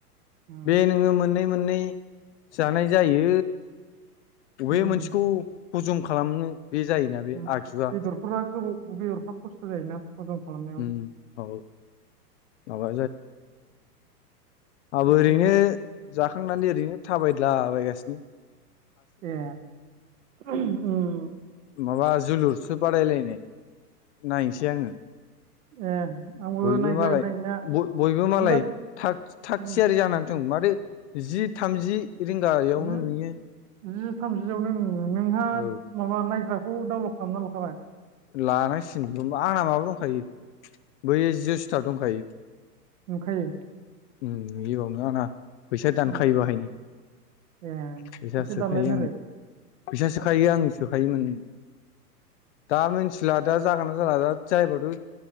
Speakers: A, on the right (about 55°); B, on the left (about 45°).
A: उम
B: बे नोङो मोननै मोननै जानाय जायो बबे
A: उम
B: मोनसेखौ हजम खालामनो। बे जायोना बे
A: उम
B: आगजुआ
A: बेदरफोरा गोबाव बेदरफ्रा खस्थ' जायोना हजम खालामनायाव
B: उम औ माबा आबो
A: ओंखायनो
B: ओरैनो जाखांनानै ओरैनो थाबायद्ला बायगासिनो
A: ए उम
B: माबा जोलुरसो बादायलायनाय नायहैसै आङो।
A: ए आंबो
B: बयबो
A: नायगोन
B: मालाय
A: नायनाया
B: ब-बयबो मालाय
A: जिबा
B: थाग थाग
A: उम
B: थियारि जानानै दं माथो जि थामजि रिंगायावनो
A: जि
B: नुयो।
A: जि थामजियाव नुयो नोंहा
B: औ
A: माबा नायग्राखौ डाउलक खालामना लाखाबाय?
B: लानांसिगोन <unintelligible> आंना माबा दंखायो बैयो जिअ' स्थार दंखायो।
A: नंखायो।
B: उम बियावनो आंना। फैसा दानखायो
A: उम
B: बाहायनो।
A: ए
B: फैसा सोखायो
A: दानलायथारो
B: आङो।
A: ए
B: फैसा सोखायो आं सोखायोमोन। दा मि सिला दा जागोन ना जाला दा जायबाथ'